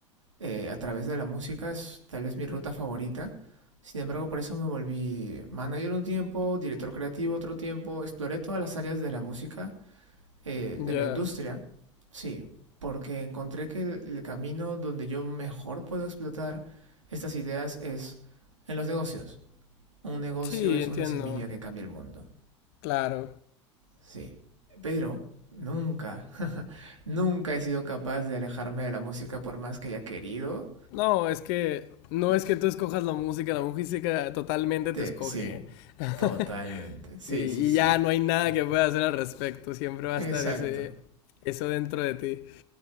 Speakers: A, on the right; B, on the left.
A: eh, a través de la música, es tal vez mi ruta favorita. Sin embargo, por eso me volví manager un tiempo, director creativo otro tiempo, exploré todas las áreas de la música, eh,
B: ya.
A: de la industria, sí, porque encontré que el, el camino donde yo mejor puedo explotar estas ideas es en los negocios. Un negocio
B: Sí,
A: es
B: entiendo.
A: una semilla que cambia el mundo,
B: Claro.
A: sí. Pero nunca, <laughs> nunca he sido capaz de alejarme de la música por más que haya querido.
B: No, es que no es que tú escojas la música, la música totalmente
A: Te-
B: te escoge.
A: sí,
B: <laughs>
A: Totalmente. Sí,
B: Sí, y
A: sí, sí.
B: ya no hay nada que pueda hacer al respecto, siempre va
A: Exacto.
B: a estar ese, eso dentro de ti.